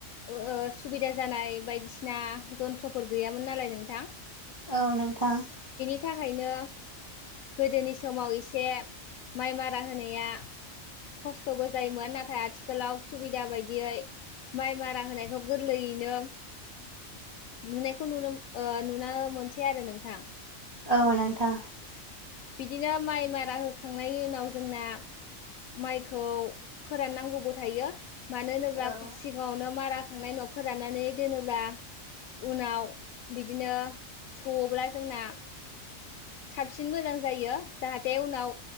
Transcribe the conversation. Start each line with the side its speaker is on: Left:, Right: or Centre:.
Left: ओ सुबिदा जानाय बायदिसिना जन्थ्रफोर गैयामोन नालाय नोंथां ।
Right: औ नोंथां ।
Left: बिनि थाखायनो गोदोनि समाव एसे माइ मारा होनाया खस्थ'बो जायोमोन नाथाय आथिखालाव सुबिदा बायदियै माइ मारा होनायखौ गोरलैयैनो नुनायखौ नुनो ओ नुनो मोनसै आरो नोंथां।
Right: औ नोंथां ।
Left: बिदिनो माइ मारा होखांनायनि उनाव जोंना माइखौ फोराननांगौबो थायो । मानो होनोब्ला
Right: औ
Left: सिगाङावनो मारा होखांनाय उनाव फोरानानै दोनोब्ला उनाव बिदिनो सौवोब्ला जोंना साबसिन मोजां जायो जाहाथे उनाव